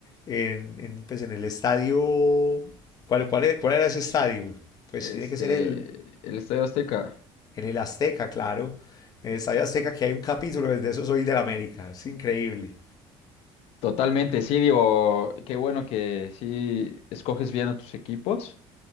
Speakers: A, on the left (about 40°); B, on the left (about 75°).
A: en, en, pues en el estadio, ¿cuál, cuál era, cuál era ese estadio? Pues
B: este,
A: tiene que ser el,
B: el Estadio Azteca.
A: en el Azteca, claro. En el estadio Azteca que hay un capítulo desde eso soy del América, es increíble.
B: Totalmente, sí, digo, qué bueno que sí escoges bien a tus equipos.